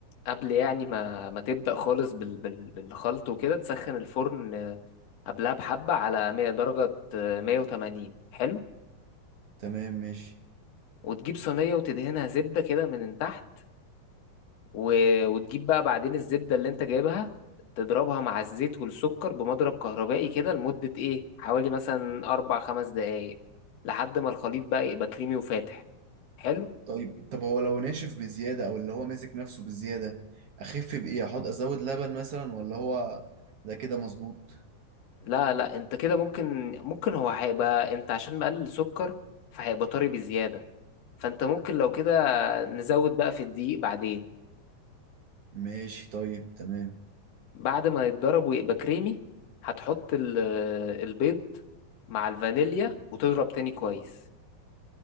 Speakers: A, on the left; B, on the right.
A: قبل يعني ما ما تبدا خالص بال... بال... بالخلط وكده تسخن الفرن آه، قبلها بحبه على 100 درجه آه، 180 حلو
B: تمام ماشي
A: وتجيب صينيه وتدهنها زبده كده من تحت و... وتجيب بقى بعدين الزبدة اللي انت جايبها تضربها مع الزيت والسكر بمضرب كهربائي كده لمدة ايه حوالي مثلا أربع خمس دقايق لحد ما الخليط بقى يبقى كريمي وفاتح حلو
B: طيب طب هو لو ناشف بزيادة او اللي هو ماسك نفسه بزيادة اخف بايه احط ازود لبن مثلا ولا هو ده كده مظبوط
A: لا لا انت كده ممكن ممكن هو هيبقى انت عشان مقلل سكر فهيبقى طري بزيادة فانت ممكن لو كده نزود بقى في الدقيق بعدين
B: ماشي طيب تمام
A: بعد ما يتضرب ويبقى كريمي هتحط ال- البيض مع الفانيليا وتضرب تاني كويس